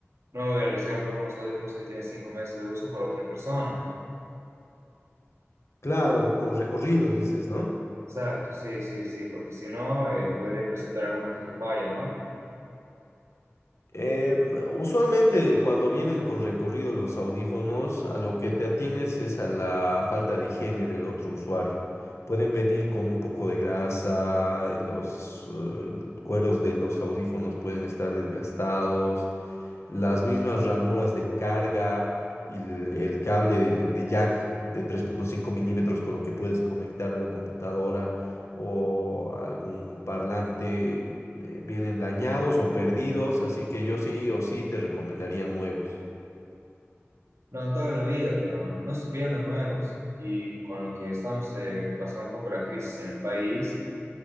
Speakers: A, on the right; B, on the left.
A: no me voy a arriesgar por unos audífonos que tienen cinco meses de uso por otra persona.
B: Claro, con recorrido dices, ¿no?
A: Exacto, sí, sí, sí, porque si no, eh, podría presentar alguna que otra falla, ¿no?
B: Eh, usualmente cuando vienen con recorrido los audífonos, a lo que te atienes es a la falta de higiene del otro usuario. Pueden venir con un poco de grasa, eh, los eh, cueros de los audífonos pueden estar desgastados, las mismas ranuras de carga y el, el cable de, de jack de tres punto cinco milímetros con lo que puedes conectar a la computadora o algún parlante eh, vienen dañados o perdidos, así que yo sí o sí te recomendaría nuevos,
A: No, toda la vida, pero no estoy pidiendo nuevos. Y con lo que estamos eh, pasando un poco la crisis en el país,